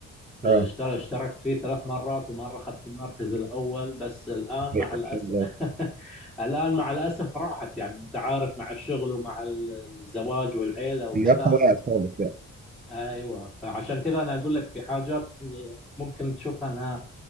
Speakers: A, on the right; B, in the centre.
A: اه
B: اشتر- اشتركت فيه ثلاث مرات ومرة أخذت المركز الأول بس الآن
A: أيوة،
B: مع الأسف
A: ما شاء الله
B: <laughs> الآن مع الأسف راحت يعني أنت عارف مع الشغل ومع الزواج والعيلة وكذا
A: لياقه وقعت خالص لا
B: أيوة فعشان كذا أنا أقول لك في حاجات ممكن تشوفها أنها